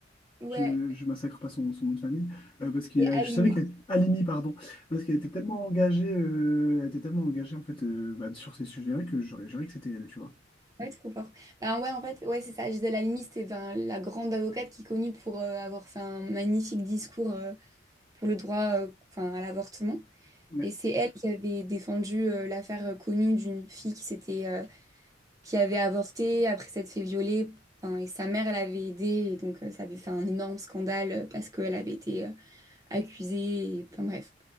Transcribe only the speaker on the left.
Je, je massacre pas son, son nom de famille, euh, parce que euh,
je savais qu'elle Halimi, pardon, parce qu'elle était tellement engagée, euh, elle était tellement engagée en fait euh, bah, sur ces sujets-là que j'aurais juré que c'était elle, tu vois.
Ouais.